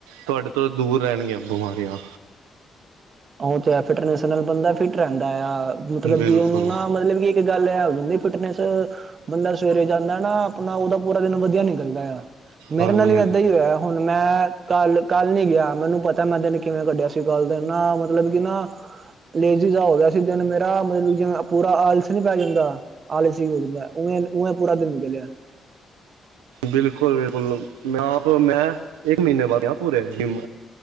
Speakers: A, on the right; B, on the right.
A: ਤੁਹਾਡੇ ਤੋਂ ਦੂਰ ਰਹਿਣਗੀਆਂ ਬਿਮਾਰੀਆਂ
B: ਉਹ ਤੇ ਹ ਫਿਟਨੈਸ ਨਾਲ ਬੰਦਾ ਫਿਟ ਰਹਿੰਦਾ ਆ। ਮਤਲਬ
A: ਬਿਲਕੁਲ
B: ਕਿ ਉਹਨੂੰ ਨਾ ਮਤਲਬ ਕਿ ਗੱਲ ਹੈ ਹੋ ਜਾਂਦੀ ਫਿਟਨੈਸ ਬੰਦਾ ਸਵੇਰੇ ਜਾਂਦਾ ਨਾ ਆਪਣਾ ਉਹਦਾ ਪੂਰਾ ਦਿਨ ਵਧੀਆ ਨਿਕਲਦਾ ਆ। ਮੇਰੇ
A: ਹਾਂਜੀ
B: ਨਾਲ ਹੀ
A: ਹਾਂਜੀ
B: ਏਦਾਂ ਹੀ ਹੋਇਆ ਹੁਣ ਮੈਂ ਕੱਲ ਕੱਲ ਨੀ ਗਿਆ। ਮੈਨੂੰ ਪਤਾ ਮੈਂ ਦਿਨ ਕਿਵੇਂ ਕੱਢਿਆ ਸੀ। ਕੱਲ ਦਿ ਨਾ ਮਤਲਬ ਕਿ ਨਾ ਲੇਜੀ ਜਿਹਾ ਹੋ ਗਯਾ ਦਿਨ ਮੇਰਾ ਮਤਲਬ ਜ ਪੂਰਾ ਆਲਸ ਨੀ ਪੈ ਜਾਂਦਾ। ਆਲਸ ਹੀ ਹੋ ਜਾਂਦਾ ਉਵੇ- ਉਵੇਂ ਪੂਰਾ ਦਿਨ ਨਿਕਲਿਆ
A: ਬਿਲਕੁਲ- ਬਿਲਕੁਲ ਮੈਂ ਆਪ ਮੈਂ ਇੱਕ ਮਹੀਨੇ ਬਾਅਦ ਗਯਾ ਪੁਰੇ ਜਿਮ